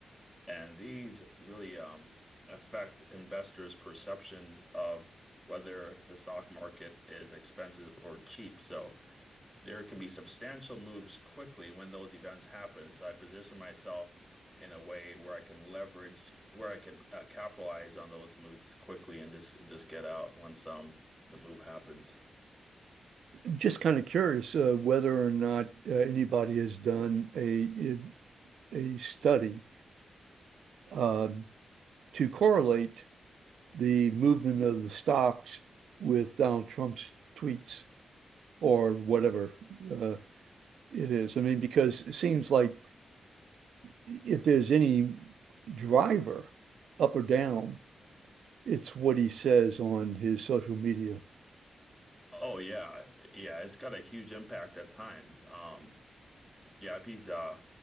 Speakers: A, in the centre; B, on the right.
A: and these really um, affect investors' perceptions of whether the stock market is expensive or cheap. So there can be substantial moves quickly when those events happen. And so I position myself in a way where I can leverage, where I can uh, capitalize on those moves quickly and just and just get out once um the move happens.
B: Just kind of curious uh, whether or not uh, anybody has done a a study um, to correlate the movement of the stocks with Donald Trump's tweets or whatever uh, it is. I mean, because it seems like if there's any driver up or down, it's what he says on his social media.
A: Oh yeah, yeah, it's got a huge impact at times. Um, yeah, if he's uh,